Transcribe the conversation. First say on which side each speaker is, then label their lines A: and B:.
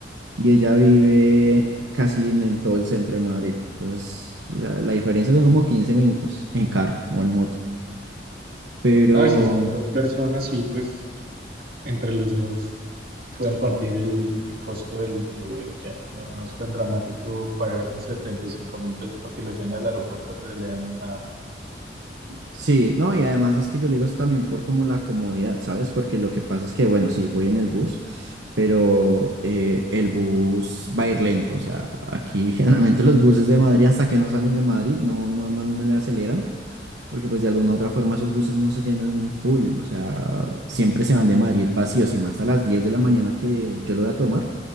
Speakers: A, on the right; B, on the right.
A: y ella vive casi en el- todo el centro de Madrid. Entonces, o sea, la diferencia son como 15 minutos en carro o en moto. Vale. Pero,
B: No, y si son dos personas, sí, pues entre los dos pueden partir el, el costo del, del Uber y ya. No, no es tan dramático pagar, no sé, treinta y cinco mil pesos porque lo lleven al aeropuerto, en realidad no es nada.
A: Sí, no, y además es que yo le digo es también por como la comodidad, ¿sabes? Porque lo que pasa es que, bueno, sí, voy en el bus, pero eh, el bus va a ir lento, o sea, aquí <laughs> generalmente los buses de Madrid hasta que no salen de Madrid no, no, no, no le aceleran, porque pues de alguna u otra forma esos buses no se llenan full, o sea, siempre se van de Madrid vacíos y más a las 10 de la mañana que yo lo voy a tomar